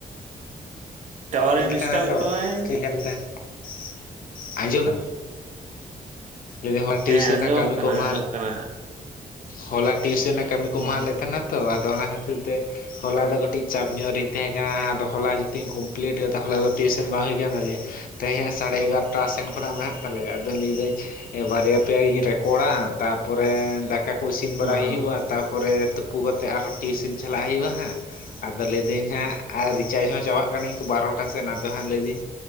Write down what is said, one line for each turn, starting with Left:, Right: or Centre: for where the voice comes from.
Left: <unintelligible>
Right: ᱴᱟᱣᱟᱨᱮ
Left: ᱱᱟ
Right: ᱰᱤᱥᱴᱟᱵᱮᱫ
Left: ᱛᱚ
Right: ᱛᱟᱢᱟᱭ
Left: <unintelligible>
Right: ᱦᱮᱸ
Left: ᱟᱸᱡᱚᱢ ᱢᱮ ᱡᱫᱤ ᱦᱚᱲ ᱴᱤᱭᱩᱥᱚᱱ
Right: ᱦᱮᱸ ᱟᱸᱡᱚᱢᱚᱜ
Left: ᱨᱮᱱᱟᱜ ᱠᱟᱹᱢᱤ
Right: ᱠᱟᱱᱟ
Left: ᱠᱚ ᱮᱢ
Right: ᱟᱸᱡᱚᱢᱚᱜ ᱠᱟᱱᱟ
Left: ᱦᱚᱞᱟ ᱴᱤᱭᱩᱥᱮᱱ ᱨᱮᱱᱟᱜ ᱠᱟᱹᱢᱤ
Right: ᱦᱮᱸ
Left: ᱠᱚ ᱮᱢᱟᱦᱟᱞᱮ ᱛᱟᱦᱮᱱᱟ ᱛᱚ ᱟᱫᱚ ᱚᱱᱟ ᱠᱷᱟᱹᱛᱤᱨ ᱛᱮ ᱦᱚᱞᱟ ᱫᱚ ᱠᱟᱹᱴᱤᱡ ᱪᱟᱯ ᱧᱚᱜ ᱨᱤᱧ ᱛᱟᱦᱮᱸ ᱠᱟᱱᱟ ᱾ ᱟᱫᱚ ᱦᱚᱞᱟ ᱡᱩᱫᱤᱧᱢ ᱠᱚ ᱢᱯᱟᱞᱤᱴ ᱠᱮᱫ ᱛᱟᱦᱚᱞ ᱟᱫᱚ ᱴᱤᱭᱩᱥᱮᱱ ᱵᱟᱝ ᱦᱩᱭᱟᱠᱟᱱ ᱛᱟᱞᱮᱭᱟ ᱾ ᱛᱮᱦᱮᱸᱧ ᱦᱚ ᱥᱟᱲᱮ ᱮᱜᱟᱨᱚᱴᱟ ᱥᱮᱱ ᱠᱷᱚᱱᱟᱜ ᱢᱮᱱᱟᱜ ᱛᱟᱞᱮᱭᱟ ᱟᱫᱚ ᱞᱟᱹᱭᱫᱟᱹᱧ ᱵᱟᱨᱭᱟ ᱯᱮᱭᱟᱤᱧ ᱨᱮᱠᱚᱲᱟ ᱛᱟᱨᱯᱚᱨᱮ ᱫᱟᱠᱟ ᱠᱚ ᱤᱥᱤᱱ
Right: ᱦᱮᱸ
Left: ᱵᱟᱲᱟ ᱦᱩᱭᱩᱜᱼᱟ ᱾ ᱛᱟᱨᱯᱚᱨᱮ ᱛᱩᱯᱩ ᱠᱟᱛᱮᱫ ᱟᱨᱦᱚᱸ ᱴᱤᱭᱩᱥᱤᱱ ᱪᱟᱞᱟᱜ ᱦᱩᱭᱩᱜᱼᱟ ᱦᱟᱸᱜ ᱟᱫᱚ ᱞᱟᱹᱭᱫᱟᱹᱧ ᱦᱟᱜ ᱟᱨ ᱨᱤᱪᱟᱨᱡᱽ ᱦᱚᱸ ᱪᱟᱵᱟᱜ ᱠᱟᱹᱱᱟᱹᱧ ᱵᱟᱨᱚᱴᱟ ᱥᱮᱱ ᱟᱫᱚ ᱦᱟᱸᱜ ᱞᱟᱹᱭᱫᱟᱹᱧ